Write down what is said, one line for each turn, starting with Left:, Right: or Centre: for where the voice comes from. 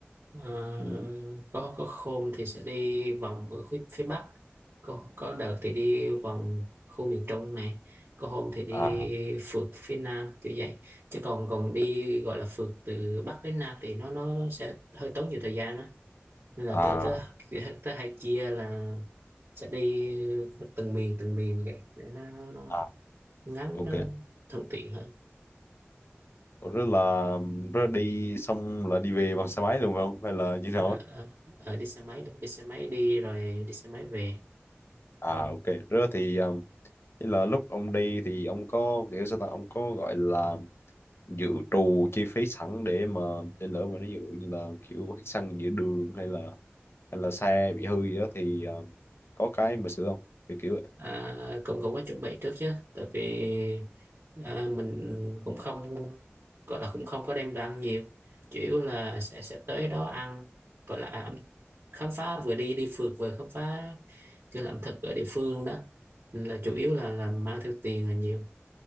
Right: Ờ,
Left: ừ.
Right: có có hôm thì sẽ đi vòng ở phía, phía Bắc có có đợt thì đi vòng khu miền Trung này có hôm thì đi
Left: à
Right: phượt phía Nam kiểu vậy chứ còn còn đi gọi là phượt từ Bắc đến Nam thì nó nó sẽ hơi tốn nhiều thời gian á nên là
Left: à
Right: tớ tớ tớ hay chia là sẽ đi từng miền từng miền vậy để nó nó, nó
Left: à
Right: ngắn
Left: ok
Right: nó thuận tiện hơn
Left: Ủa, rất là rất là đi xong là đi về bằng xe máy đúng không hay là như nào
Right: Ờ,
Left: á?
Right: ờ, ờ, đi xe máy đúng đi xe máy đi rồi đi xe máy về
Left: à ok rất thì um, ý là lúc ông đi thì ông có kiểu sao ta ông có gọi là dự trù chi phí sẵn để mà để lỡ mà ví dụ như là kiểu hết xăng giữa đường hay là hay là xe bị hư gì đó thì um, có cái mà sửa không kiểu kiểu vậy.
Right: à, cũng cũng có chuẩn bị trước chứ tại vì à, mình cũng không gọi là cũng không có đem đồ ăn nhiều chủ yếu là sẽ sẽ tới đó ăn gọi là à, khám phá vừa đi đi phượt vừa khám phá cái ẩm thực ở địa phương luôn đó Nên là chủ yếu là là mang theo tiền là nhiều